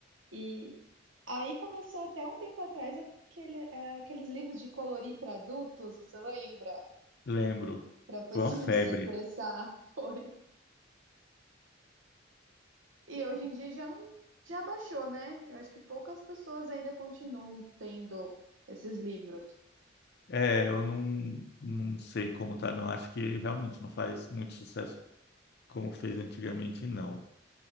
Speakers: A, on the right; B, on the left.
A: E aí começou até um tempo atrás aquele- eh, aqueles livros de colorir para adultos, você lembra?
B: Lembro.
A: Para a pessoa
B: Foi uma febre.
A: <laughs> desestressar, foi. E hoje em dia já não- já baixou, né? Eu acho que poucas pessoas ainda continuam tendo esses livros.
B: É, eu não, não sei como tá, não. Acho que realmente não faz muito sucesso como fez antigamente, não.